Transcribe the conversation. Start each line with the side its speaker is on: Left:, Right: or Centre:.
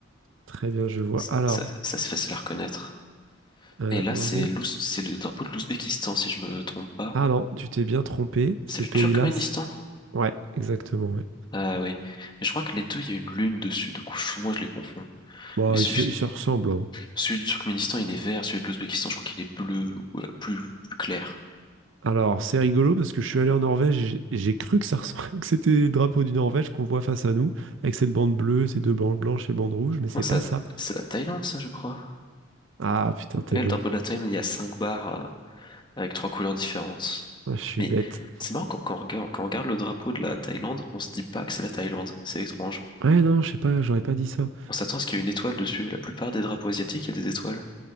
Right: Très bien, je vois.
Left: C-
Right: Alors,
Left: Ça ça c'est facile à reconnaître.
Right: euh,
Left: Et là,
Right: on
Left: c'est
Right: est...
Left: l'Ouz- c'est le drapeau de l'Ouzbékistan si je me trompe pas.
Right: Ah non, tu t'es bien trompé.
Left: C'est
Right: Ce
Left: le
Right: pays-là,
Left: Turkménistan?
Right: c- ouais, exactement. ouais.
Left: Ah oui. Mais je crois que les deux, il y a une lune dessus, du coup, je- moi je les confonds.
Right: Bon,
Left: Mais celui,
Right: ils se, ils se ressemblent. hein.
Left: celui du Turkménistan, il est vert, celui de l'Ouzbékistan, je crois qu'il est bleu ou euh, plus, plus clair.
Right: Alors, c'est rigolo parce que je suis allé en Norvège et j'ai j'ai cru que ça ressemblait, <laughs> que c'était le drapeau du Norvège qu'on voit face à nous, avec cette bande bleue, ces deux bandes blanches et bandes rouges, mais c'est
Left: Non, c'est
Right: pas
Left: la,
Right: ça.
Left: c'est la Thaïlande, ça, je crois.
Right: Ah putain, t'es
Left: Ouais,
Right: bon.
Left: le drapeau de la Thaïlande, il y a cinq barres euh, avec trois couleurs différentes.
Right: Ah, je suis
Left: Mais
Right: bête.
Left: c'est marrant, quand, quand on regarde, quand on regarde le drapeau de la Thaïlande, on se dit pas que c'est la Thaïlande. C'est étrange.
Right: Ouais, non, je sais pas, j'aurais pas dit ça.
Left: On s'attend à ce qu'il y ait une étoile dessus. La plupart des drapeaux asiatiques, il y a des étoiles.